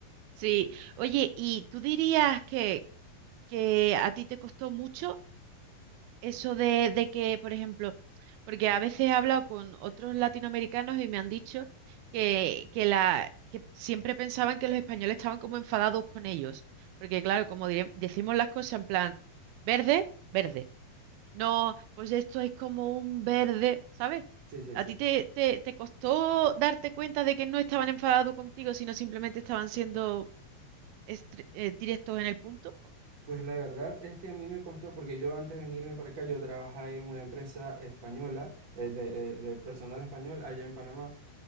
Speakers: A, on the right; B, on the right.
A: Sí, oye, ¿y tú dirías que, que a ti te costó mucho eso de, de que, por ejemplo, porque a veces he hablado con otros latinoamericanos y me han dicho que, que, la, que siempre pensaban que los españoles estaban como enfadados con ellos, porque claro, como dire- decimos las cosas en plan, verde, verde, no, pues esto es como un verde, ¿sabes?
B: Sí, sí,
A: ¿A
B: sí.
A: ti te, te, te costó darte cuenta de que no estaban enfadados contigo, sino simplemente estaban siendo... Estre- eh, directos en el punto.
B: Pues la verdad es que a mí me costó, porque yo antes de venirme para acá, yo trabajaba en una empresa española, eh, de, eh, de personal español allá en Panamá.